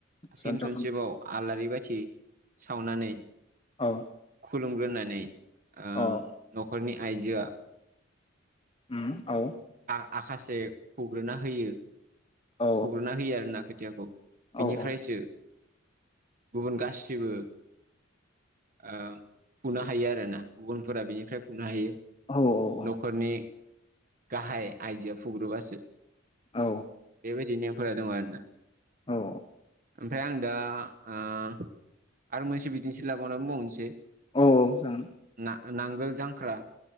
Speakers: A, on the left; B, on the right.
A: सानजौफु
B: फिन खनसेबाव आलारि बाय थि सावनानै
A: औ
B: खुलुमग्रोनानै ओ
A: औ
B: न'खरनि आइजोआ
A: ओम औ
B: आ-आखाासे फुग्रोना होयो।
A: औ
B: फुगुरना हैयो आरो ना खै थियाखौ।
A: औ
B: बिनिफ्रायसो
A: औ
B: गुबुन गा सैबो ओ फुनो हायो आरो ना गुबुनफोरा बेनिफ्राय फुनो हायो।
A: औ
B: न'खरनि गाहाय आइजोया फुग्रुोबासो।
A: औ
B: बेबायदि नो फोरा दं आरो ना
A: औ
B: आमफाय आं दा आ - आरो मोनसे बिदिनोसै लाबावानै मावनोसै।
A: औ औ जागोन
B: आ नांगोल जांख्रा।